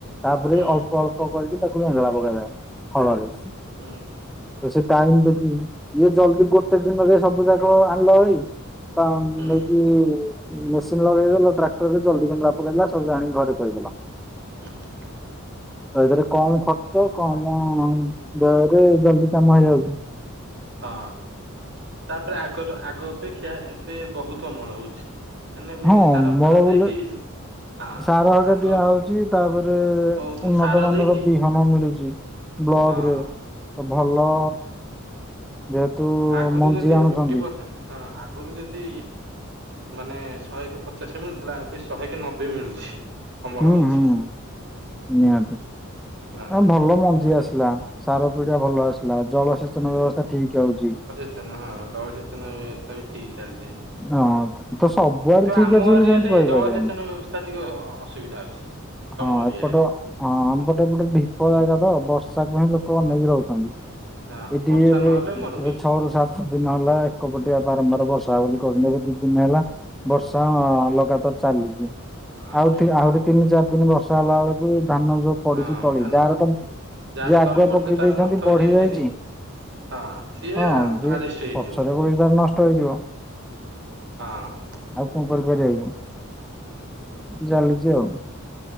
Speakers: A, in the centre; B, on the right.
A: ହେଲେ
B: ହୁଁ
A: ଅଳ୍ପ ଅଳ୍ପ କରିକି ତାକୁ ବେଂଗେଳା କରାଯାଏ ଖଳାରେ
B: ହୁଁ
A: ତ ସେ ଟାଇମ ଦେଖ ଇଏ ଜଲଦି ଗୋଟେ ଦିନରେ ସବୁ ଜାଗ ଆଣିଲା। <inaudible> <inaudible>
B: ହୁଁ
A: ନେଇକି ମେସିନ୍ ଲଗେଇଦେଲ ଟ୍ରାକ୍ଟର ରେ ଜଲଦି ବେଙ୍ଗେଳା ପକେଇଲା ସବୁ ଆଣିକି ଘରେ ଥୋଇଦେଲା।
B: ହୁଁ ହୁଁ।
A: ଏଥିରେ କମ ଖର୍ଚ୍ଚ କମ ଦେହରେ ଜଲଦି କାମ ହେଇଯାଉଛି।
B: ହଁ ତାପରେ ଆଗ ଆଗ ଅପେକ୍ଷା ଏବେ ବହୁତ ଅମଳ ହଉଛି। ନେବେ
A: ହଁ
B: ସାର
A: ଅମଳ
B: ଫାର ଦେଇକି
A: ବୋଲେ
B: ହଁ
A: ସାର ହେରିକା
B: ଆଗ
A: ଦିଆହୋଉଛି ତାପରେ
B: ବହୁତ
A: ଉନ୍ନତ
B: ସାର
A: ମାନର
B: ଦେଇକି
A: ବିହନ ମିଳୁଛି। ବ୍ଲଗ
B: ହଁ
A: ରେ ଭଲ ଯେହେତୁ
B: ଆଗରୁ
A: ମଞ୍ଜି
B: ଯଦି
A: ଆଣୁଛନ୍ତି
B: ଫିଫ୍ଟି ପରସେଣ୍ଟ ହଁ ଆଗରୁ ଯଦି ମାନେ ଶହେ କେ ପଚାଶ ମିଳୁଥିଲା ଏବେ ଶହେ କେ ନବେ ମିଳୁଛି। ଅମଳ
A: ହୁଁ
B: ହଉଛି।
A: ହୁଁ ନିହାତି।
B: ହଁ
A: ଆ ଭଲ ମଞ୍ଜି ଆସିଲା ସାର ପିଡିଆ ଭଲ ଆସିଲା ଜଳସେଚନ ବ୍ୟବସ୍ଥା ଠିକ ହଉଛି।
B: ସେଚନ ହଁ ଜଳସେଚନ ବ୍ୟବସ୍ଥା ବି ଠିକ୍ ଚାଲିଛି।
A: ହଁ ତ ସବୁଆଡେ
B: କିନ୍ତୁ
A: ଠିକ
B: ଆମ
A: ଅଛି ବୋଲି
B: ଏରିଆରେ
A: ସେମିତି କହିପାରିବାନି।
B: ଜଳସେଚନ ବ୍ୟବସ୍ଥା ଟିକେ ଅ ଅସୁବିଧା ଅଛି। ତମ
A: ହଁ
B: ଏରିଆରେ
A: ଏପଟ ହଁ ଆମପଟେ ଏପଟେ ଭୀପ ଜାଗା ତ ବର୍ଷାକୁ ହ ଲୋକ ଅନେଇକି ରହୁଛନ୍ତି।
B: ହଁ
A: ଏଠିକି
B: ବର୍ଷା
A: ଏବେ,
B: ନହେଲେ ମରୁଡି।
A: ଏବେ ଛଅ ରୁ ସାତ ଦିନ ହେଲା, ଏକପଟିଆ ବାରମ୍ବାର ବସ୍ ଯାଉନି କର୍ମ କୁ ଦି ଦିନି ହେଲା, ବର୍ଷା-ଆଁ ଲଗାତାର ଚାଲିଛି।
B: ଆଜ୍ଞା
A: ଆଉଥି, ଆହୁରି ତିନି ଚାରି ଦିନ ବର୍ଷା ହେଲା ଅଳକୁ ଧାନ ଯୋଉ ପଡିଛି
B: ହଁ
A: ତଳି,
B: ଧାନ
A: ଯାହାର ତ
B: ଯାହାର
A: ଯିଏ ଆଗୁଆ
B: ତଳି ପଡିଥିବ
A: ପକେଇ
B: ତାର
A: ଦେଇଛନ୍ତି,
B: ନଷ୍ଟ ହେଇଯିବ
A: ବଢି ଯାଇଛି।
B: ନିହାତି। ହଁ ସିଏ
A: ହଁ, ଯେ
B: ଆଜେଷ୍ଟ ହେଇଯିବ
A: ପଛରେ <unintelligible> ଟା ନଷ୍ଟ ହେଇଯିବ।
B: ହଁ।
A: ଆଉ କଣ କରିପାରିବା କି? ଚାଲିଚି ଆଉ।